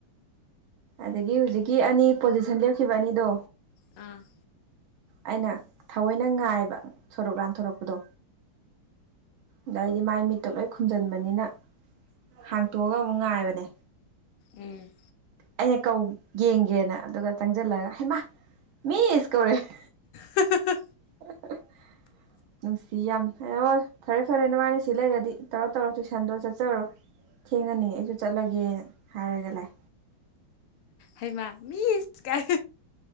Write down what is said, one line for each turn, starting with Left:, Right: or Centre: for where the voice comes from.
Right: ꯑꯗꯒꯤ ꯍꯧꯖꯤꯛꯀꯤ ꯑꯅꯤ ꯄꯣꯖꯤꯁꯟ ꯂꯦꯞꯈꯤꯕ ꯑꯅꯤꯗꯣ
Left: ꯑꯨꯝ
Right: ꯑꯩꯅ ꯊꯑꯣꯏꯅ ꯉꯥꯏꯕ ꯁꯣꯔꯣꯛ ꯂꯥꯟꯊꯣꯔꯛꯄꯗꯣ ꯑꯗꯩꯗꯤ ꯃꯥꯏ ꯃꯤꯠꯇꯣ ꯂꯣꯏ ꯈꯨꯝꯖꯤꯟꯕꯅꯤꯅ ꯍꯥꯡꯇꯣꯛꯑꯒ ꯑꯃꯨꯛ ꯉꯥꯏꯕꯅꯦ
Left: ꯎꯝ꯫
Right: ꯑꯩꯅ ꯀꯧ ꯌꯦꯡꯒꯦꯅ ꯑꯗꯨꯒ ꯆꯪꯖꯜꯂꯒ ꯍꯩꯃ ꯃꯤꯁ ꯀꯧꯔꯛꯌꯦ
Left: ꯍꯥ ꯍꯥ ꯍꯥ꯫
Right: ꯍꯥ ꯍꯥ ꯅꯨꯡꯁꯤ ꯌꯥꯝꯅ ꯐꯔꯦ ꯐꯔꯦ ꯅꯕꯅꯤ ꯁꯤ ꯂꯩꯔꯗꯤ ꯇꯧꯔꯣ ꯇꯧꯔꯣ ꯇꯨꯏꯁꯟꯗꯣ ꯆꯠꯆꯔꯣ ꯊꯦꯡꯉꯅꯤ ꯑꯩꯖꯨ ꯆꯠꯂꯒꯦꯅ ꯍꯥꯏꯔꯒ ꯂꯥꯑꯦ
Left: ꯍꯩꯃꯥ ꯃꯤꯁ ꯀꯥꯏ